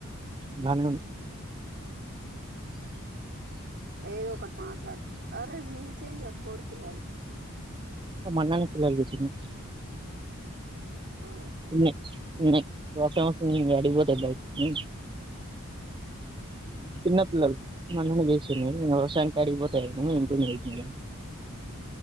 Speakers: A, on the right; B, on the right.
A: బాణం
B: ఏదో ఒకటి మాట్లాడు అరే మీ ఇంట్లో ఏంది రా కోడి పిల్లలు
A: మొన్ననే పిల్లలు పుట్టినయి
B: ఓ
A: ఉన్నాయి ఉన్నాయి వర్షం వస్తుంటే ఇంగ యాటికి పోతాయి బయటికి
B: అ
A: చిన్నపిల్లలు మొన్ననే చేసున్నాయి ఇంకా వర్షానికి యాటిపోతే అంటున్నా అంటున్న వీటిని ఈగ